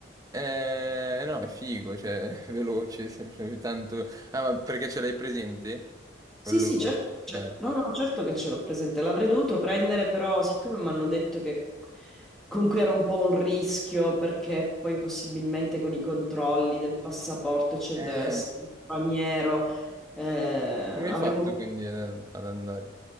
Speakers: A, on the right (about 20°); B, in the centre.
A: Eh, no, è figo, cioè, <laughs> veloce, sempre tanto... Ah, ma perché ce l'hai presente?
B: Sì,
A: Quello...
B: sì, certo,
A: Ok.
B: ce- no, no, certo che ce l'ho presente. L'avrei dovuto prendere, però, siccome mi hanno detto che comunque era un po' un rischio, perché poi possibilmente con i controlli del passaporto, eccetera,
A: Eh,
B: essere straniero, eh,
A: come
B: avremmo
A: hai fatto quindi ad, ad andare?